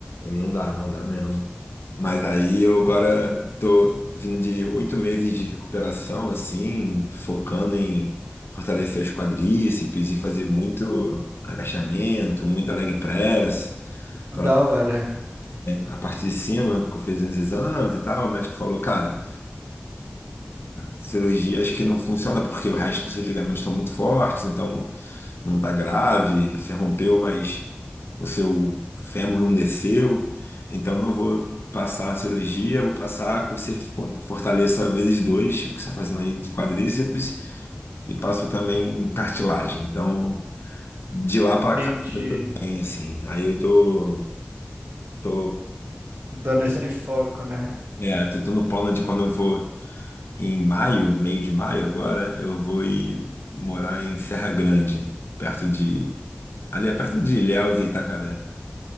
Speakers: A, on the left; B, on the right.
A: não dá, não dá mesmo. Mas aí eu agora tô vindo de oito meses de recuperação, assim, focando em fortalecer os quadríceps e fazer muito agachamento, muito leg press,
B: Da
A: para
B: hora.
A: a parte de cima, que eu fiz uns exames e tal, o médico falou, cara, cirurgia acho que não funciona porque o resto dos seus ligamentos estão muito fortes, então não tá grave, se rompeu, mas o seu fêmur não desceu, então não vou passar a cirurgia, vou passar que você fo- fortaleça vezes dois, o que você está fazendo aí de quadríceps, e passo também cartilagem. Então, de lá para
B: Entendi.
A: cá, hein, assim, aí eu tô, tô,
B: Dando esse foco, né?
A: é, tô, tô no plano de quando eu vou em maio, meio de maio agora, eu vou ir morar em Serra Grande, perto de, ali é perto de Ilhéus e Itacaré.